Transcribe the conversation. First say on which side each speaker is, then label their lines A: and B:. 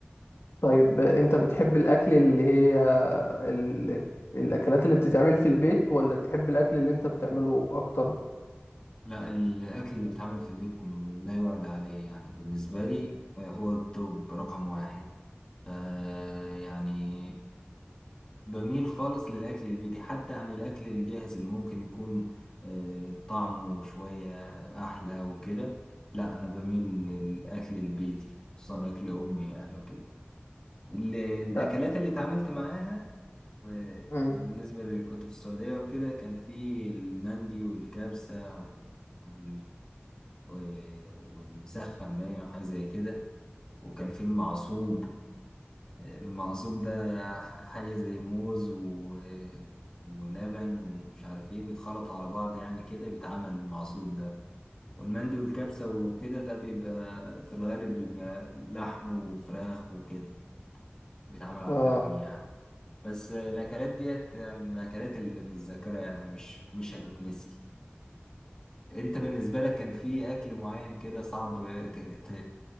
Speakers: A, on the left (about 85°); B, on the left (about 20°).
A: طيب انت بتحب الاكل اللي هي ال... الاكلات اللي بتتعمل في البيت ولا تحب الاكل اللي انت بتعمله اكتر
B: لا الأكل اللي بيتعمل في البيت لا يعلى عليه يعني بالنسبة لي آه، هو التوب رقم واحد ف- يعني بميل خالص للأكل البيتي حتى عن الأكل الجاهز اللي ممكن يكون آه، طعمه شوية أحلى وكده لا أنا بميل للأكل البيتي خصوصا أكل أمي يعني وكده ال- الأكلات
A: لا.
B: اللي اتعاملت معاها آه،
A: مم.
B: بالنسبة اللي كنت في السعودية وكده كان في المندي والكبسة وال- و- والمسخن باين وحاجة زي كده وكان في المعصوب المقصوب ده حاجة زي موز و... ولبن ومش عارف ايه بيتخلطوا على بعض يعني كده بيتعمل المعصوب ده والمندي والكبسة وكده ده بيبقى في الغالب بيبقى لحم وفراخ وكده بيتعمل على
A: اه
B: الفحم يعني بس الأكلات ديت يعني الأكلات اللي في الذاكرة يعني مش مش هتتنسي انت بالنسبة لك كان في اكل معين كده صعب ت... ت...